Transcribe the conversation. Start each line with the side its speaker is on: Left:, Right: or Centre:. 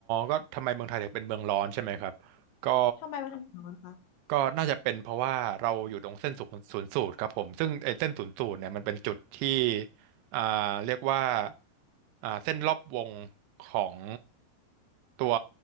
Right: ก็ทำไมเมืองไทยถึงเป็นเมืองร้อนใช่ไหมครับก็
Left: ทำไมมันถึงร้อนคะ
Right: ก็น่าจะเป็นเพราะว่าเราอยู่ตรงเส้นศูนย์ศูนย์สูตรครับผมซึ่งไอ้เส้นศูนย์สูตรเนี่ยมันเป็นจุดที่อ่าเรียกว่าอ่าเส้นรอบวงของตัว